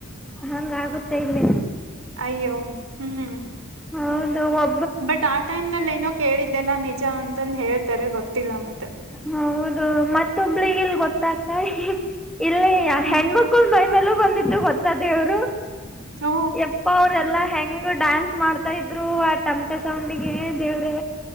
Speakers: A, in the centre; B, on the right.
A: ಹಂಗ ಆಗುತ್ತೆ ಇಲ್ಲಿ..
B: ಅಯ್ಯೋ ಹ್ಮ್ ಹ್ಮ.
A: ಹೌ ಹೌ.
B: ಬಟ್ ಆ ಟೈಮ್ ನಲ್ಲಿ ಏನೋ ಕೇಳಿದ್ದೆಲ್ಲಾ ನಿಜ ಅಂತಂದು ಹೇಳ್ತಾರೆ ಗೊತ್ತಿಲ್ಲ ಮತ್ತೆ.
A: ಹೌದು ಮತ್ತೊಬ್ಳಿಗೆ ಇಲ್ ಗೊತ್ತಾಗ್ತ ಇಲ್ಲೇ
B: ಹ್ಮ್
A: ಹೆಣ್ಮಕ್ಕಳ ಬ. ಮೇಲ ಬಂದಿತ್ತು ಗೊತ್ತ ದೇವರು
B: ಓ
A: ಎಪ್ಪ ಅವರೆಲ್ಲಾ ಹೆಂಗ ಡ್ಯಾನ್ಸ್ ಮಾಡ್ತಾ ಇದ್ರು ಆ ಟಮತೆ ಸೌಂಡಿಗೆ ದೇವ್ರೇ